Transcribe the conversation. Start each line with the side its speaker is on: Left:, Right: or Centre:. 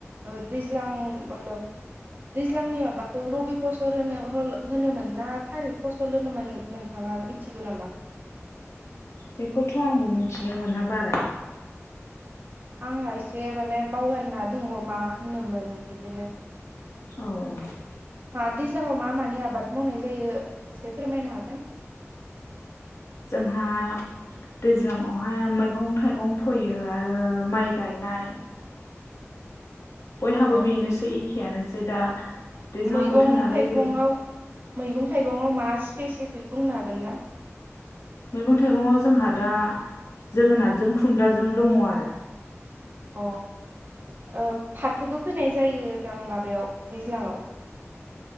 Right: ओ दैज्लां मब दैज्लांनि माबाखौ रबि फसल होनो होनोमोन ना खारि फसल होनोमोन नोंथाङा मिथिगौ नामा?
Left: बेखौथ' आंबो मिथिनो मोना बारा।
Right: आंहा एसे माने बावगारना दङ मा होनोमोन बिदिनो
Left: औ औ
Right: दैज्लांआव मा मानि आबाद मावनाय जायो एसे फोरमायनो हागोन?
Left: जोंहा दैज्लाङावहाय मैगं थाइगं फोयो आरो माइ गायनाय। बयहाबो
Right: औ
Left: बेनोसै एखे आनोसै दा दैज्लां
Right: मैगं
Left: बोथोर नालाय
Right: थाइगंआव
Left: जेबो
Right: मैगं थाइगंआव मा स्पेसिफिक बुंनो हागोन ना?
Left: मैगं थाइगङाव जोंहा दा जोगोनारजों खुमब्राजों दङ आरो
Right: अ ओ फाथोबो फैनाय जायोदां माबायाव दैज्लाङआव